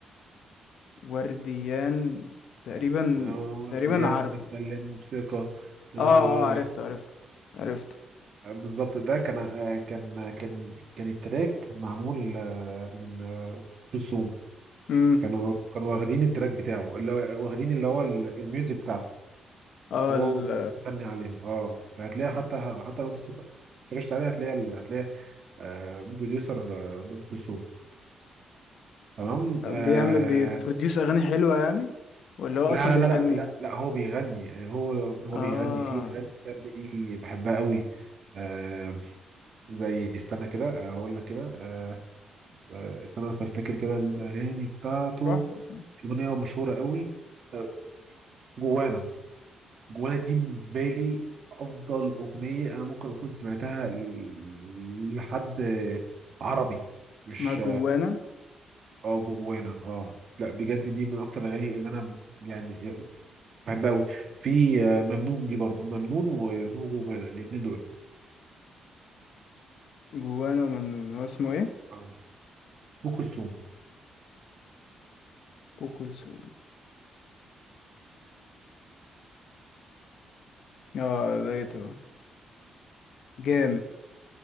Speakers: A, on the left; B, on the right.
A: ورديان تقريبا
B: آه، ورديان
A: تقريبا عارفه
B: نتكلم بثقة آه،
A: اه اه عرفته عرفته عرفته
B: آه، بالظبط ده كان آه، كان كان كان التراك معمول آه، من آه، كلثوم
A: امم
B: كانوا كانوا واخدين التراك بتاعه اللي هو آه، واخدين اللي هو ال- الميوزك بتاعته
A: اه
B: وهو
A: ال-
B: مغني عليه اه يعني هتلاقيها حتى حتى لو انت سرشت عليها هتلاقي ال- هتلاقي آه، بروديوسر آه، ام كلثوم تمام
A: بيعمل
B: آه
A: بيبروديوس اغاني حلوه يعني ولا هو
B: لا
A: اصلا بيغني
B: لا لا لا لا لا هو بيغني يعني، هو هو
A: اه
B: بيغني فيه اغاني بجد دي بحبها قوي آه زي استنى كده آه، هقول لك كده آه، آه، استنى بس افتكر كده الاغاني بتاعته
A: براحتك
B: في اغنيه مشهوره قوي آه، جوانا جوانا دي بالنسبه لي افضل اغنيه انا ممكن اكون سمعتها ل- لحد عربي مش
A: اسمها جوانا
B: اه جوانا اه لا بجد دي من اكتر الاغاني اللي انا يعني بحبها قوي في آه، ممنون دي برضو ممنون وجوانا الاثنين دول
A: جوانا ومنون هو اسمه ايه
B: آه. ام كلثوم
A: ابو كلثوم اه لقيته جامد